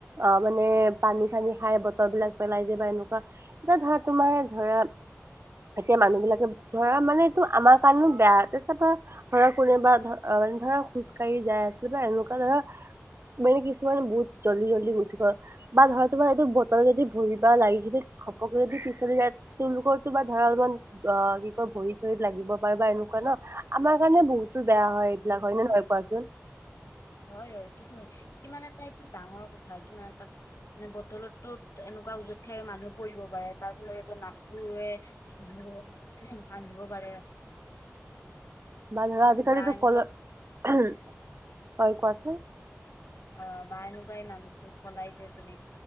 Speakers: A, on the right; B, on the left.
A: অ' মানে পানী চানী খাই বটল বিলাক পেলাই যে বা এনেকুৱা কিবা ধৰা তোমাৰ ধৰা এতিয়া মানুহ বিলাকে ধৰা মানেটো আমাৰ কাৰণেও বেয়া তাৰ চাব ধৰা কোনোবা অ মানে ধৰা খোজকাঢ়ি যাই আছে বা এনেকুৱা ধৰা মানে কিছুমান বহুত জল্দি জল্দি গুচি গ'ল। বা ধৰা তোমাৰ এইটো বতল যদি ভৰি বা লাগি কিনে ঘপকে যদি পিচলি যায় তেওঁলোকৰ কিবা ধৰা অলপমান অ কি কয় ভৰিত চৰিত লাগিব পাৰে বা এনেকুৱা ন আমাৰ কাৰণে বহুতো বেয়া হয় এইবিলাক হয় নে নহয় কোৱাচোন?
B: হয় হয় এইটোতো হয় কিমান এটা এইটো ডাঙৰ কথা কিমান এটা মানে বটলটো এনেকুৱা ওজত খাই মানুহ পৰিব পাৰে তাৰ ফলত এইটো নাকটোৱে <unintelligible> আনিব পাৰে।
A: বা ধৰা আজিকালিতো
B: বা এনেকুৱা
A: <unintelligible> হয় কোৱা চোন।
B: অ বা এনেকুৱাই মানুহটোক সলাই যে তুমি